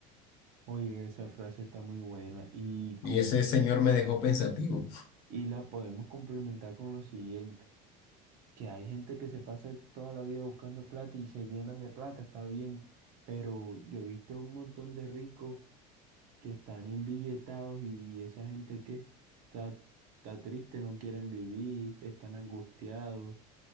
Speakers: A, on the right; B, on the left.
A: Oye, esa frase está muy buena y, com-
B: Y ese señor me dejó pensativo.
A: y la podemos complementar con lo siguiente, que hay gente que se pasa toda la vida buscando plata y se llenan de plata, está bien, pero yo he visto un montón de ricos que están embilletados y esa gente que está, está triste, no quieren vivir, están angustiados.